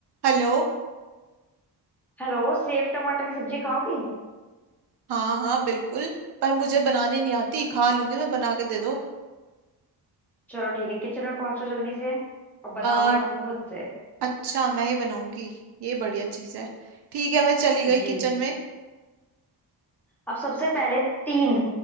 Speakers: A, on the right; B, in the centre.
A: Hello
B: हेलो सेब टमाटर की सब्जी खाओगे
A: हाँ हाँ बिल्कुल पर मुझे बनाने नहीं आती खा लूंगी मैं बना के दे दो
B: चलो ठीक है किचन में पहुंचो जल्दी से और बनाओगी
A: आ,
B: तुम खुद से
A: अच्छा मैं ही बनाऊंगी ये बढ़िया चीज है ठीक है मैं चली गई
B: जी
A: किचन में
B: अब सबसे पहले तीन